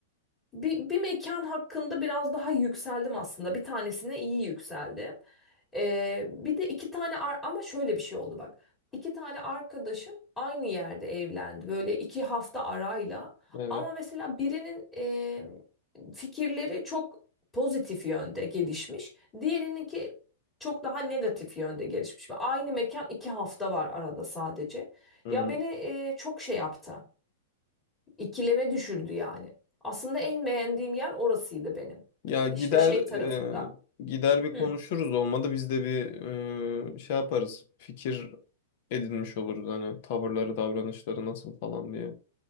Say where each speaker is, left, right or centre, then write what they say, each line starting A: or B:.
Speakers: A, on the left (about 15°); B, on the left (about 55°).
A: bir, bir mekan hakkında biraz daha yükseldim aslında. Bir tanesine iyi yükseldim. Ee, bir de iki tane ar- ama şöyle bir şey oldu bak. İki tane arkadaşım aynı yerde evlendi. Böyle iki hafta arayla.
B: Evet.
A: Ama mesela birinin e, fikirleri çok pozitif yönde gelişmiş. Diğerininki çok daha negatif yönde gelişmiş. Ve Aynı mekan iki hafta var arada sadece.
B: Hı.
A: Ya beni e, çok şey yaptı. İkileme düşürdü yani. Aslında en beğendiğim yer orasıydı benim.
B: Ya gider
A: İşte şey tarafında.
B: e, gider bir
A: Hı.
B: konuşuruz olmadı biz de bir e, şey yaparız. Fikir edinmiş oluruz hani tavırları, davranışları nasıl falan diye.